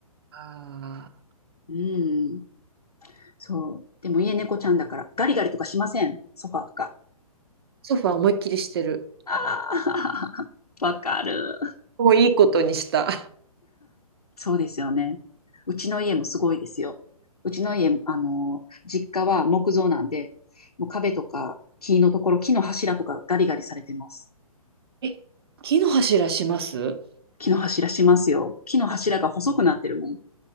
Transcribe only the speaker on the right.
ああ、
ソファー思いっきりしてる。
もういいことにした。
うん
え、木の柱します